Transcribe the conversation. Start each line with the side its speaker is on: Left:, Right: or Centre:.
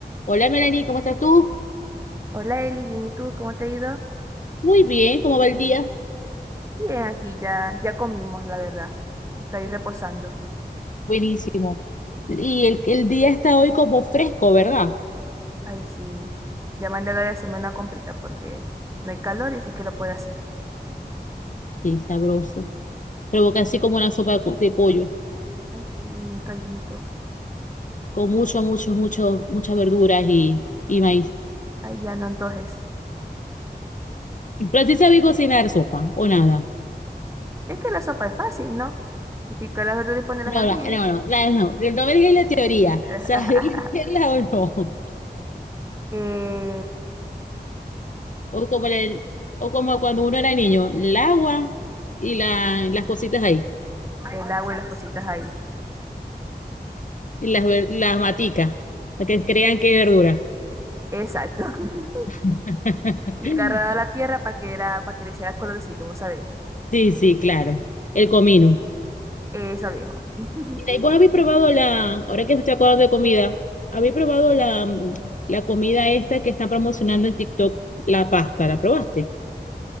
Left: Hola Melanie, ¿cómo estás tú?
Right: Hola Eli, bien, ¿y tú? ¿Cómo te ha ido?
Left: Muy bien, ¿cómo va el día?
Right: Bien, aquí ya, ya comimos, la verdad. Estoy reposando.
Left: Buenísimo. Y el, el día está hoy como fresco, ¿verdad?
Right: Ay, sí. Ya mandé a Gaby a hacerme una comprita porque no hay calor y así que lo puede hacer.
Left: Bien sabroso. Provoca así como una sopa de, co- de pollo,
Right: Ay, sí, un caldito.
Left: con mucho, mucho, mucho, muchas verduras y, y maíz.
Right: Ay, ya no, entonces.
Left: Pero sí sabéis cocinar sopa, o nada.
Right: Es que la sopa es fácil, ¿no? Es Picar las verduras y ponerlas
Left: No,
Right: a hervir.
Left: no, no, no, la- no, no me digas la teoría.
Right: <laughs>
Left: <laughs> ¿Sabéis hacerla o no?
Right: Eh,
Left: O como, el- o como cuando uno era niño, el agua y la- las cositas ahí,
Right: el agua y las cositas ahí.
Left: y las, ver- las maticas, para que crean que es verdura.
Right: Exacto. <laughs>
Left: <laughs>
Right: Y agarraba la tierra para que, era, para que le hiciera colorcito, vos sabéis.
Left: Sí, sí, claro. El comino.
Right: Eso, viejo. <laughs>
Left: Mira, ¿Y vos habéis probado la, ahora que me estoy acordando de comida, habéis probado la, mm, la comida esta que están promocionando en TikTok, la pasta? ¿La probaste?